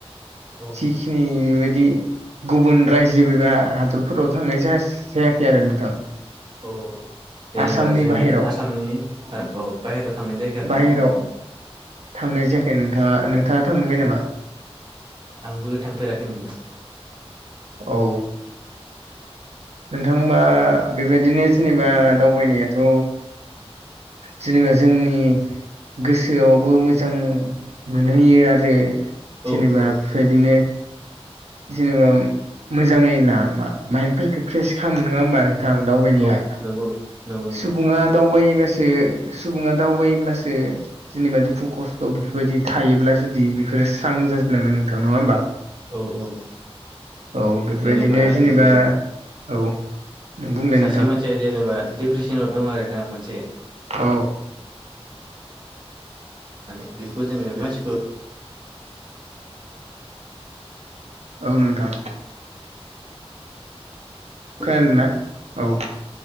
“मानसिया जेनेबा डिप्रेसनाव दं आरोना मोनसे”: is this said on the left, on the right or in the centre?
Right